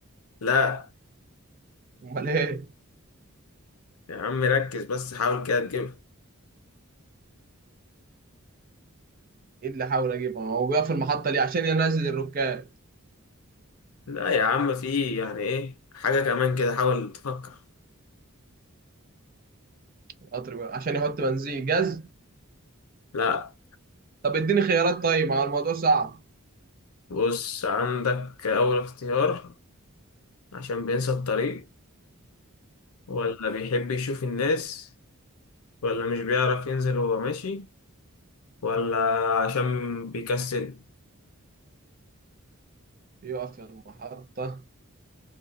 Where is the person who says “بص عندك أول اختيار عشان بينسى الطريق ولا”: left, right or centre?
Left